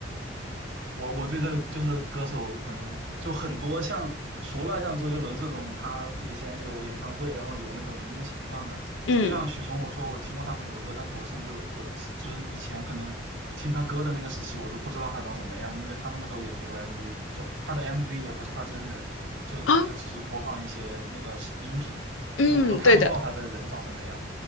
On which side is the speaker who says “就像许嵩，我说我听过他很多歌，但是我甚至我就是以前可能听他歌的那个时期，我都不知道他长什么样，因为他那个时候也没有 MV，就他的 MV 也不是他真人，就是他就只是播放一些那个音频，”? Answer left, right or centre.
Right